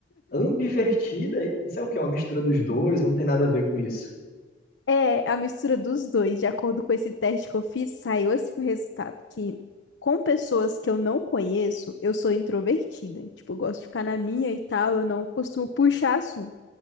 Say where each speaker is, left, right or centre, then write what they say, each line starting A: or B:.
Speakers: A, on the left (about 55°); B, on the left (about 85°).
A: Ambivertida, isso é o quê? Uma mistura dos dois, não tem nada a ver com isso.
B: É a mistura dos dois. De acordo com esse teste que eu fiz, saiu assim o resultado que com pessoas que eu não conheço, eu sou introvertida. Tipo, eu gosto de ficar na minha e tal, eu não costumo puxar assunto.